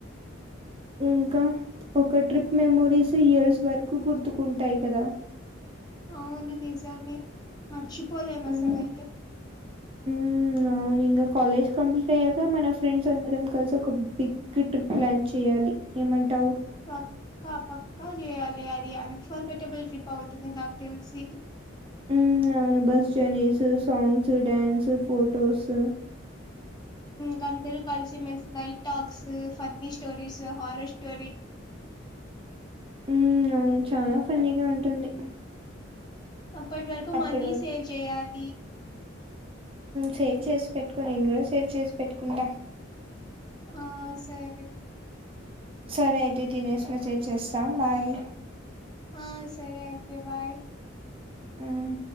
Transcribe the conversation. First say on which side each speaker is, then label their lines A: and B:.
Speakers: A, on the right; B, on the left.
A: ఇంకా ఒక ట్రిప్ మెమోరీస్ ఇయర్స్ వరకు గుర్తుకుంటాయి కదా
B: అవును నిజమే మర్చిపోలేం
A: హ్మ్.
B: అసలైతే
A: హ్మ్ అవును ఇంగ కాలేజ్ కంప్లీట్ అయ్యాక మన ఫ్రెండ్స్ అందరం కలిసి ఒక బిగ్ ట్రిప్ ప్లాన్ చేయాలి ఏమంటావు
B: పక్కా పక్కా చేయాలి అది అన్ ఫర్గటబుల్ ట్రిప్ అవుతుంది నాకు తెలిసి
A: ఉ అవును bus journeys songs dance photos
B: కా అందరు కలిసిమెలిసి night talks funny stories horror stories
A: ఉ అవును చాలా ఫన్నీగా ఉంటుంది
B: అప్పటి వరకు
A: అప్పటి
B: మనీ
A: వరకు
B: సేవ్ చేయాలి
A: సేవ్ చేసి పెట్టుకో నేను కూడా సేవ్ చేసి పెట్టుకుంటా
B: ఆ సరే
A: సరే అయితే తినేసి మెసేజ్ చేస్తా బాయ్
B: ఆ సరే అయితే బాయ్
A: హ్మ్